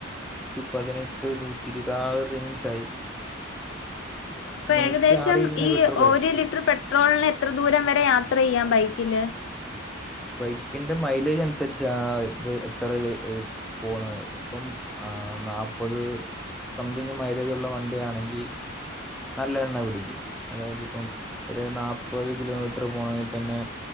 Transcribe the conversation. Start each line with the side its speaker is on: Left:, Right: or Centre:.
Centre: നൂറ്റിപ്പതിനെട്ട് നൂറ്റി ഇര്ദ് ആ ഒരു റേഞ്ചായി
Left: പ്പ
Centre: നൂറ്റി
Left: ഏകദേശം
Centre: ആറിരുന്ന
Left: ഈ
Centre: പെട്രോളായിരുന്നു
Left: ഒരു ലിറ്റർ പെ ട്രോൾന് എത്ര ദൂരം വരെ യാത്രയ്യാം ബൈക്കില്
Centre: ബൈക്കിന്റെ മൈലേജ് അൻസര്ച്ചാ ആ ഇത് എത്ര രു പോവുന്നത്. ഇപ്പം നാപ്പത് സംതിങ് മൈലേജുള്ള വണ്ടി ആണെങ്കി നല്ല എണ്ണ പിടിക്കും. അതായത് ഇപ്പം ഒരു നാപ്പത് കിലോമീറ്റർ പോണങ്കി തന്നെ